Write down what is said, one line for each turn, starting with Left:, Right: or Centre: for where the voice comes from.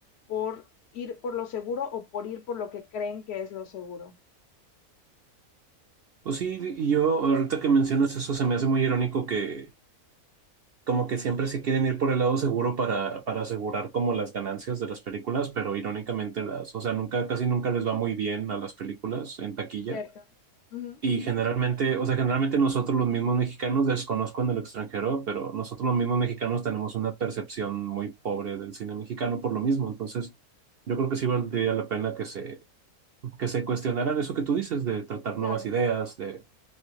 Left: por ir por lo seguro o por ir por lo que creen que es lo seguro,
Right: Pues sí, y yo ahorita que mencionas eso, se me hace muy irónico que como que siempre se quieren ir por el lado seguro para, para asegurar como las ganancias de las películas, pero irónicamente las, o sea, nunca, casi nunca les va muy bien a las películas en taquilla.
Left: ¿cierto? Ujú,
Right: Y generalmente, o sea, generalmente nosotros los mismos mexicanos, desconozco en el extranjero, pero nosotros los mismos mexicanos tenemos una percepción muy pobre del cine mexicano por lo mismo. Entonces, yo creo que sí valdría la pena que se, que se cuestionaran eso que tú dices, de tratar nuevas
Left: claro.
Right: ideas, de,